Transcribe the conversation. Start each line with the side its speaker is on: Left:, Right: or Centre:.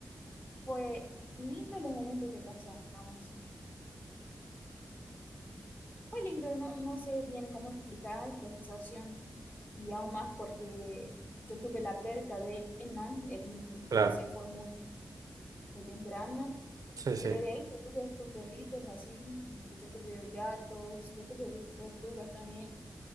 Left: fue lindo los momentos que pasamos. Fue lindo, no, no sé bien cómo explicar esta sensación y aún más porque yo tuve la perca de él, ¿no? Él mm,
Right: claro.
Left: se fue muy, muy temprano,
Right: Sí, sí.
Left: pero de ahí yo tuve otros perritos así y yo tuve gatos, yo tuve tortugas también,